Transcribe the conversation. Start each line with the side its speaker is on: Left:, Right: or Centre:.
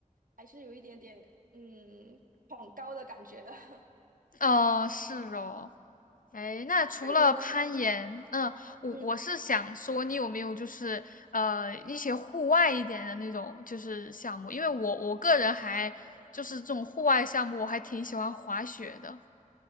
Right: 还是有一点点嗯恐高的感觉的。<laughs>
Left: 哦，是哦。哎，那除了攀岩，
Right: 那你呢？
Left: 嗯，我我是想说，
Right: 嗯，
Left: 你有没有就是呃一些户外一点的那种就是项目？因为我我个人还就是这种户外项目，我还挺喜欢滑雪的。